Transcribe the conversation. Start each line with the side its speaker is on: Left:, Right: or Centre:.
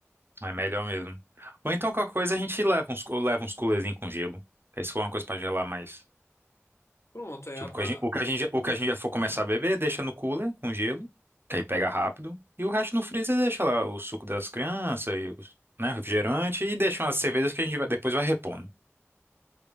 Right: É melhor mesmo. Ou então qualquer coisa a gente leva uns, ou leva uns coolerzinhos com gelo. Aí se for uma coisa pra gelar mais.
Left: pronto, é
Right: Tipo,
Left: a, a-
Right: o que a gente, o que a gente, já- o que a gente já for começar a beber, deixa no cooler com gelo, que aí pega rápido. E o resto no freezer deixa lá o suco das crianças e os, né, refrigerante e deixa umas cervejas que a gente vai, depois vai repondo.